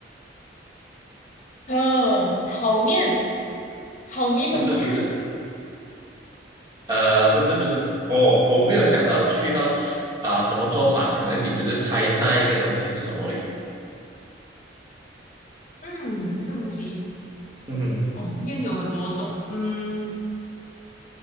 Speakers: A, on the left (about 45°); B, on the right (about 25°).
A: 呃，炒面。炒米粉面，
B: <laughs> 不是不是，呃，不是不是，我我没有想到去到啊、怎么做法，可能你只是猜那一个东西是什么而已。
A: <laughs> 嗯，那个东西
B: 嗯哼
A: 哦，面有很多种，嗯，